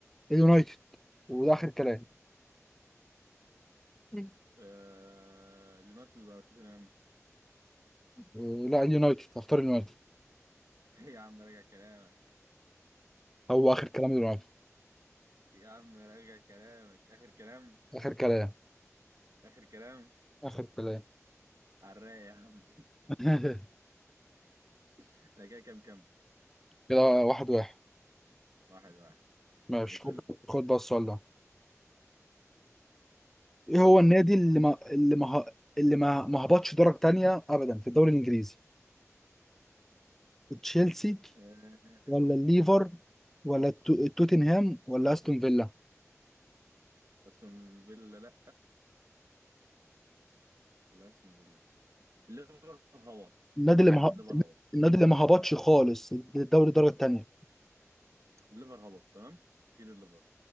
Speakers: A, in the centre; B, on the right.
A: اليونايتد وده اخر كلام مم.
B: آه... اليونايتد ولا توتنهام
A: إيه، لا اليونايتد هختار اليونايتد
B: <laughs> إيه يا عم راجع كلامك
A: هو اخر كلام اليونايتد
B: يا عم راجع كلامك اخر كلام
A: اخر كلام
B: اخر كلام
A: اخر كلام
B: على الرايق يا عم
A: <laughs>
B: <laughs> انا كده كام كام
A: كده واحد واحد
B: واحد واحد
A: ماشي
B: اسال
A: خد
B: انت
A: خد بقى السؤال ده ايه هو النادي اللي ما اللي ما اللي ما ما هبطش درجة تانية ابدا في الدوري الانجليزي تشيلسي
B: آه،
A: ولا الليفر ولا التو- توتنهام ولا استون فيلا
B: استون فيلا لا لا استون فيلا الليفر هبط
A: النادي
B: ماشي
A: اللي ما
B: الليفر هبط شيل
A: النادي اللي ما هبطش خالص للدوري الدرجه الثانيه
B: الليفر هبط تمام شيل الليفر